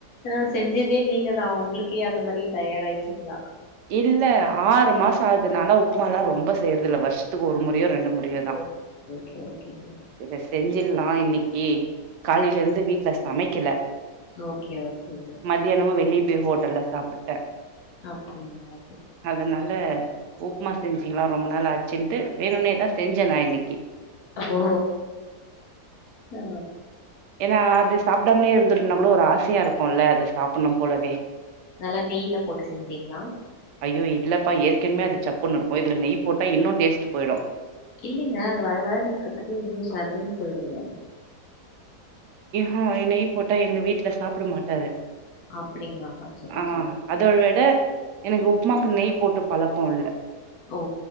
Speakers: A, on the left; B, on the right.
A: ஆ செஞ்சதே நீங்க தா உங்களுக்கே அந்த மாரி டயடு ஆயிடுச்சுங்களா
B: இல்ல ஆறு மாசோ ஆகுது நான்லா உப்புமால்லா ரொம்ப செய்யிறது இல்லா வருஷத்துக்கு ஒரு முறையோ ரெண்டு முறையோ தா
A: ம் ஓகே ஓகேங்க
B: இத செஞ்சிடலா இன்னைக்கு காலைல
A: ம்
B: இருந்து வீட்ல சமைக்கல
A: ஓகே ஓகே
B: மத்தியானமு வெளிய போய் ஹோட்டல்ல சாப்பிட்டே
A: அப்டிங்களா
B: அதனால உப்மா செஞ்சுக்கலா ரொம்ப நாள் ஆச்சின்ட்டு வேணுனே தா செஞ்சே நா இன்னைக்கு
A: ஓ ஆ
B: ஏன்னா அது சாப்பிடாமலே இருந்துட்டுனா கூட ஒரு ஆசையா இருக்குல்ல அது சாப்பிடனு போலவே
A: நல்லா நெய்ல போட்டு செஞ்சீங்களா
B: ஐயோ இல்லப்பா ஏற்கனமே அது சப்புன்னு இருக்கு இதுல நெய் போட்டா இன்னு டேஸ்ட் போய்டு
A: இல்லைங்க அது வழ வழன்னு இருக்கிறதுக்கு இன்னு சர்ருன போயிடுங்க
B: ஆ நெய் போட்டா எங்க வீட்டுல சாப்பிட மாட்டாரு
A: அப்படிங்களா சரி
B: ஆ
A: சரி
B: அத விட எனக்கு உப்புமாக்கு நெய் போட்டு பழக்கோ இல்ல
A: ஓ